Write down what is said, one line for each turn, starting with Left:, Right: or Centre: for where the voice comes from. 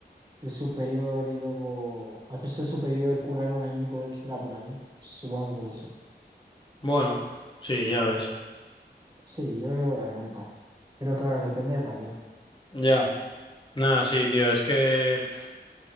Right: el superior y luego hacerse el superior, currar un añico extra por ahí, supongo que eso.
Left: Bueno, sí, ya ves.
Right: Sí, yo creo que renta. Pero claro, depende de para qué.
Left: Ya. Nada, sí, tío, es que pf,